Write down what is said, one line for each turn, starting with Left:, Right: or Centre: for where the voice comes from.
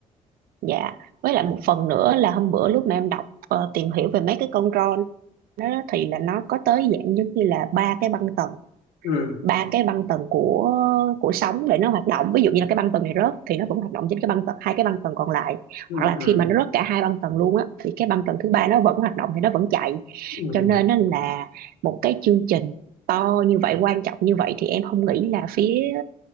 Right: dạ với lại một phần nữa là hôm bữa lúc mà em đọc ờ, tìm hiểu về mấy cái con ron đó thì là nó có tới dạng giống như là ba cái băng tần
Left: ừ
Right: ba cái băng tần của của sóng để nó hoạt động ví dụ như là cái băng tần này rớt thì nó vẫn hoạt động trên cái băng tần hai cái băng tần còn lại
Left: ừ
Right: hoặc là
Left: ừ
Right: khi mà nó rớt cả hai băng tần luôn á thì cái băng tần thứ ba nó vẫn hoạt động thì nó vẫn chạy
Left: ừ
Right: cho nên á là một cái chương trình to như vậy quan trọng như vậy thì em không nghĩ là phía